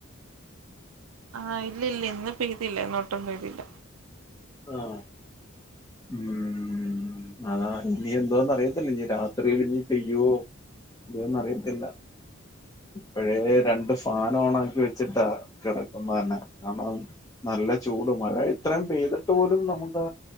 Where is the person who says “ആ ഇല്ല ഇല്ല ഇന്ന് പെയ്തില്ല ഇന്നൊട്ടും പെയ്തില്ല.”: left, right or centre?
Right